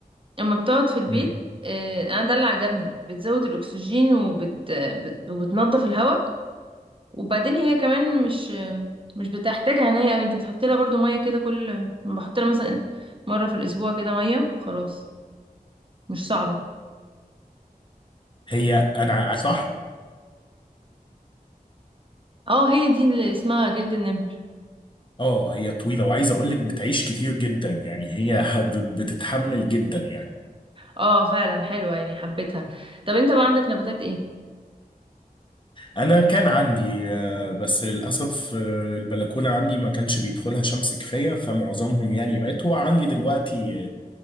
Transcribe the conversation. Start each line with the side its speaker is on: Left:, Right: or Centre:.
Right: اما بتقعد في البيت
Left: مم.
Right: آه، انا ده اللي عجبني بتزود الاكسجين وبت بت- وبتنضف الهواء وبعدين هي كمان مش مش بتحتاج عناية قوي انت بتحط لها برضو مية كده كل بحط لها مثلا مرة في الاسبوع كده مية خلاص مش صعبة
Left: هي انا ع- صح
Right: اه هي دي اللي اسمها جلد النمر
Left: اه هي طويلة وعايز اقول لك بتعيش كتير جدا يعني هي ه- ب- بتتحمل جدا يعني
Right: اه فعلا حلوة يعني حبيتها طب انت بقى عندك نباتات ايه؟
Left: انا كان عندي آه، بس للاسف آه، البلكونه عندي ما كانش بيدخلها شمس كفايه فمعظمهم يعني ماتوا عندي دلوقتي آه،